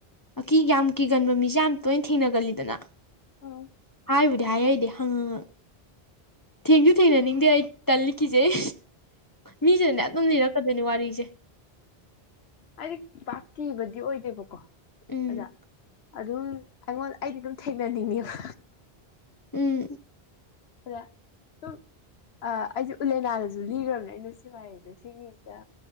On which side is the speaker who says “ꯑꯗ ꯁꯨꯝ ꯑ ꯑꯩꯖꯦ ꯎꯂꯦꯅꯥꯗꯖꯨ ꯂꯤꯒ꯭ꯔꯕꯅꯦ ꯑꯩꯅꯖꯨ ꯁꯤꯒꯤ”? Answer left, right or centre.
Left